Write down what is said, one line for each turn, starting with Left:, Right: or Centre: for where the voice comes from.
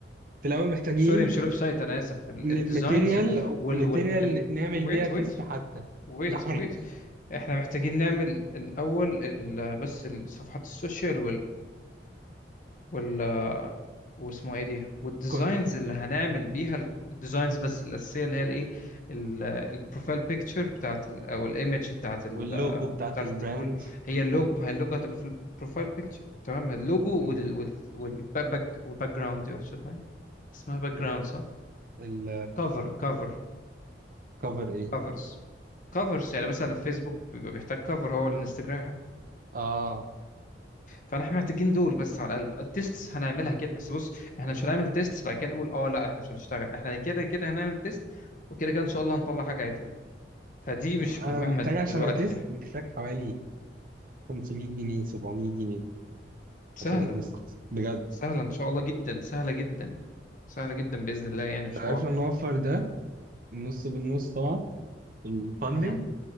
Right: في الاول محتاجين
Left: سوري مش الويب سايت انا اسف ال-
Right: ماتيريال
Left: الديزاينز وال
Right: ماتيريال
Left: وال ال...
Right: نعمل
Left: ويت
Right: بيها تيست
Left: ويت
Right: حتى <laughs>
Left: ويت
Right: يعني
Left: ويت احنا محتاجين نعمل الاول ال... بس الصفحات السوشيال وال واسمه ايه دي والديزاينز
Right: كنت
Left: اللي هنعمل بيها ال- الديزاينز بس الاساسيه اللي هي الايه ال- البروفايل بيكتشر بتاعت ال... او الايمج بتاعت ال...
Right: واللوجو بتاعت
Left: بتاعت
Right: البراند
Left: الت- وال- هي اللوجو ما هي اللوجو هتبقى في البروفايل بيكتشر تمام اللوجو
Right: م-
Left: وال وال والباك والباك جراوند دي ولا شو اسمها إيه؟ اسمها باك
Right: م-
Left: جراوند صح
Right: ال
Left: كفر كفر
Right: الكفر ايه
Left: كفرز كفرز يعني مثلا الفيسبوك بيبقى بيحتاج كفر هو الانستجرام
Right: اه
Left: فاحنا محتاجين دول بس على الاقل التيستس هنعملها كده بس بص احنا مش هنعمل تيستس بعد كده نقول اه لا احنا مش هنشتغل احنا كده كده هنعمل تيست وكده كده ان شاء الله هنطلع حاجه عدله فدي مش
Right: انا
Left: مهمه
Right: محتاج عشان
Left: دلوقتي
Right: اتست محتاج حوالي 500 جنيه 700 جنيه
Left: سهله
Right: عشان اتست بجد
Left: سهله ان شاء الله جدا سهله جدا سهله جدا باذن الله يعني
Right: لو
Left: مش حوار
Right: عرفنا نوفر ده النص بالنص طبعا الفاندنج
Left: مهم.